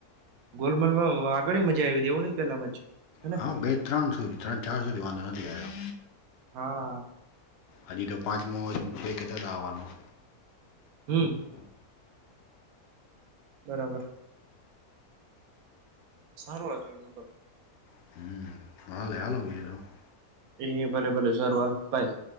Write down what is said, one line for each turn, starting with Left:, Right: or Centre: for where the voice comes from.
Right: ગોલમાલ. હ, આગળી મજા આવી હતી એવું ન પેલા મજ હને.
Left: હા બે ત્રણ સુધી ત્રણ ચાર સુથી વાંધો નથી આયો.
Right: હા.
Left: હજી તો પાંચમો હજી કેતાતા આવવાનું.
Right: હમ. બરાબર. સારું વાત એનું ક.
Left: <unintelligible>
Right: એ ભલે ભલે સારું હાલ બાય.